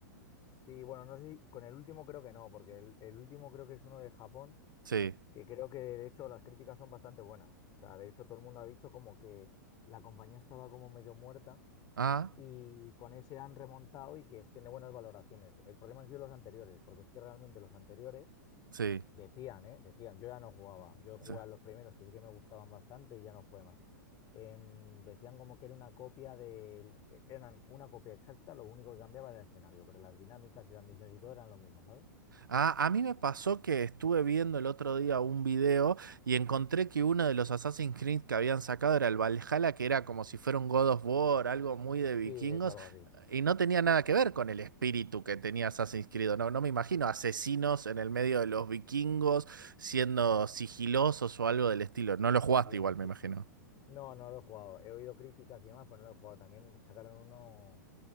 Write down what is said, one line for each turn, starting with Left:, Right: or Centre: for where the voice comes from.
Left: Sí, bueno, no sé si con el último creo que no, porque el, el último creo que es uno de Japón,
Right: Sí.
Left: que creo que de hecho las críticas son bastante buenas. O sea, de hecho todo el mundo ha dicho como que la compañía estaba como medio muerta
Right: Ah,
Left: y con ese han remontado y que es- tiene buenas valoraciones. El problema han sido los anteriores, porque es que realmente los anteriores
Right: sí.
Left: Decían, ¿eh? Decían, yo ya no jugaba. Yo jugaba
Right: Sí.
Left: en los primeros que sí que me gustaban bastante y ya no jugué más. Em, decían como que era una copia del... e- Eran una copia exacta, lo único que cambiaba era el escenario, pero las dinámicas y las misiones y todo eran lo mismo, ¿sabes?
Right: Ah, a mí me pasó que estuve viendo el otro día un video y encontré que uno de los Assassin's Creed que habían sacado era el Valhalla, que era como si fuera un God of War, algo muy de
Left: Sí,
Right: vikingos,
Left: eso, algo así.
Right: y no tenía nada que ver con el espíritu que tenía Assassin's Creed. No, no me imagino asesinos en el medio de los vikingos siendo sigilosos o algo del estilo. No lo jugaste
Left: Y en
Right: igual,
Left: Egip-
Right: me imagino.
Left: No, no lo he jugado. He oído críticas y demás, pero no lo he jugado. También sacaron uno